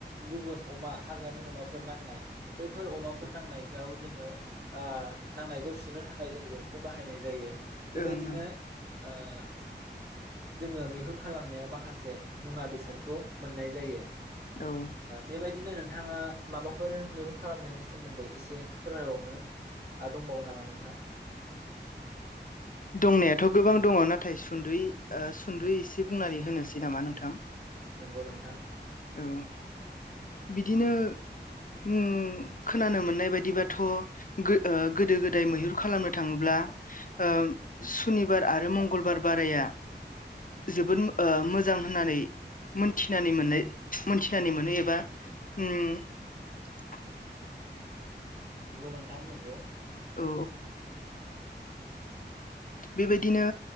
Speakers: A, on the right (about 60°); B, on the left (about 45°).
A: गुबुन अमा हाग्रानि अमाफोर नांनाय बैफोर अमाफोर नांनायाव जोङो आ नांनायखौ सुनो थाखाय जों जंखौ बाहायनाय जायो। बेबायदिनो
B: ओं
A: ओ- जोङो मैहुर खालामनायाव माखासे मुवा बेसादखौ मोननाय जायो
B: ओं औ
A: बेबायदिनो नों थाङा माबाफोर मैहुर खालामनायनि सोमोन्दै एसे फोरमायबावनो दंबावो नामा नोंथां?
B: दंनायाथ' गोबां दङ नाथाय सुंद'यै ओ सुंद'यै एसे बुंनानै होनोसै नामा नोंथां।
A: नंगौ नोंथां
B: औ बिदिनो ओम खोनानो मोननाय बायदिबाथ' गो गोदो गोदाय मैहुर खालामनो थाङोब्ला ओ सुनिबार आरो मंगलबार बाराया जोबोद ओ मोजां होननानै मोनथिनानै मोननाय मोनथिनानै मोनो एबा उम
A: नंगौ नोंथां नंगौ।
B: औ बेबायदिनो